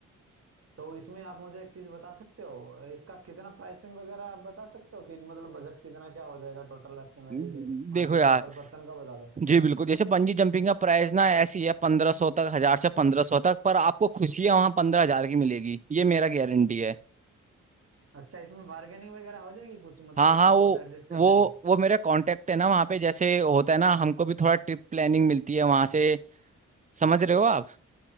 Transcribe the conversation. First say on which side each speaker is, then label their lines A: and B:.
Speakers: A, on the right (about 40°); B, on the right (about 20°).
A: तो इसमें आप मुझे एक चीज बता सकते हो इसका कितना प्राइसिंग वगैरह आप बता सकते हो कि मतलब बजट कितना क्या हो जाएगा टोटल एस्टिमेटेड
B: देखो
A: मान के
B: यार
A: चलो पर पर्सन का बता दो
B: जी बिल्कुल जैसे बंजी जंपिंग का प्राइस ना ऐसी है पंद्रह सौ तक हजार से पंद्रह सौ तक पर आपको खुशियां वहां पंद्रह हजार की मिलेगी ये मेरा गारंटी है
A: अच्छा इसमें बार्गेनिंग वगैरह हो जाएगी कुछ मतलब
B: हाँ हाँ
A: थोड़ा
B: वो
A: बहुत एडजस्ट करने
B: वो
A: का
B: वो मेरा कांटेक्ट है ना वहाँ पे जैसे होता है ना हमको भी थोड़ा ट्रिप प्लानिंग मिलती है वहाँ से समझ रहे हो आप